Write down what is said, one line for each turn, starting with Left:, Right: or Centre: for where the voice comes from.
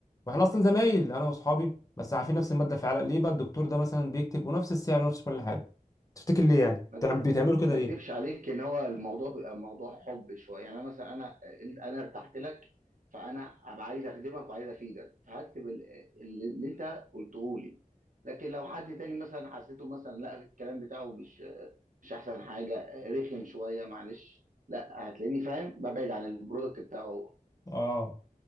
Left: واحنا اصلا زمايل انا واصحابي بس عارفين نفس الماده الفعاله ليه بقى الدكتور ده مثلا بيكتب ونفس السعر ونفس كل حاجه تفتكر ليه يعني
Right: ما
Left: بتع-
Right: اكدب
Left: بتعملوا كده
Right: ما
Left: ليه
Right: اكدبش عليك ان هو الموضوع بيبقى موضوع حب شوية يعني انا مثلا انا آه، انت انا ارتحت لك فانا هبقى عايز اخدمك وعايز افيدك فهكتب ال- اللي اللي انت قلته لي لكن لو حد تاني مثلا حسيته مثلا لا الكلام بتاعه مش مش احسن حاجه رخم شويه معلش لا هتلاقيني فاهم ببعد عن البرودكت بتاعه هو
Left: اه